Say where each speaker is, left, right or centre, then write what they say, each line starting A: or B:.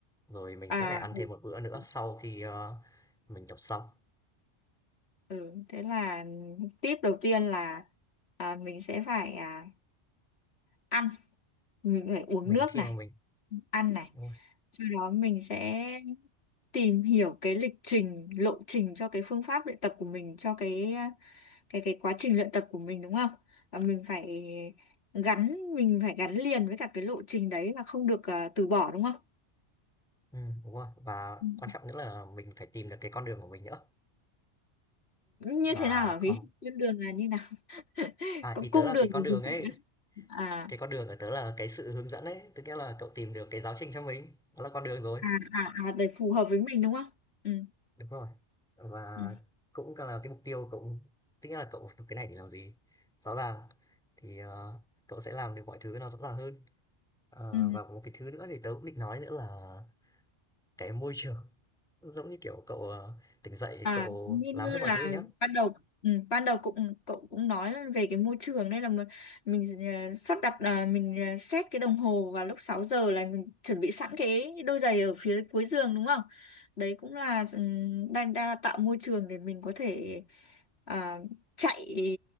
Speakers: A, in the centre; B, on the left (about 60°).
A: rồi mình
B: À,
A: sẽ phải ăn
B: ừ.
A: thêm một bữa nữa
B: ừ,
A: sau khi ờ, mình tập xong
B: ừ, thế là tip đầu tiên là à, mình sẽ phải à, ăn, mình phải uống
A: mình
B: nước
A: khi
B: này,
A: mà mình
B: ăn này.
A: đúng rồi,
B: Sau đó mình sẽ tìm hiểu cái lịch trình, lộ trình cho cái phương pháp luyện tập của mình, cho cái à, cái cái quá trình luyện tập của mình đúng không? Và mình phải gắn, mình phải gắn liền với cả cái lộ trình đấy và không được à, từ bỏ đúng không?
A: ừ, đúng rồi và
B: Ừ.
A: quan trọng nữa là mình phải tìm được cái con đường của mình nữa
B: Như
A: và
B: thế nào hả
A: còn
B: Thúy? Con đường là như nào? <laughs>
A: à
B: Có
A: ý
B: cung
A: tớ là
B: đường
A: cái con đường
B: của
A: ấy
B: à
A: cái con đường ở tớ là cái sự hướng dẫn ấy tức nghĩa là cậu tìm được cái giáo trình cho mình đó là con đường rồi
B: à à à để phù hợp với mình đúng không ừ
A: đúng rồi và
B: ừ
A: cũng là cái mục tiêu cậu tức nghĩa là cậu học cái này để làm gì rõ ràng thì ờ, cậu sẽ làm được mọi thứ nó rõ ràng hơn Ờ,
B: ừ
A: và một cái thứ nữa thì tớ cũng định nói nữa là cái môi trường giống như kiểu cậu ờ, tỉnh dậy
B: à
A: cậu
B: như
A: làm
B: như
A: hết mọi
B: là
A: thứ rồi nhá
B: ban đầu ừ, ban đầu cũng cậu cũng nói về cái môi trường nên là mình, mình ờ, sắp đặt là mình ờ, set cái đồng hồ vào lúc 6 giờ là mình chuẩn bị sẵn cái đôi giày ở phía cuối giường đúng không đấy cũng là ừ, đang, đang là tạo môi trường để mình có thể ờ, chạy